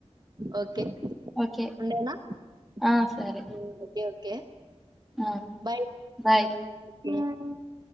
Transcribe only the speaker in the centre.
ఓకే
ఆ సరే
ఆ
బాయ్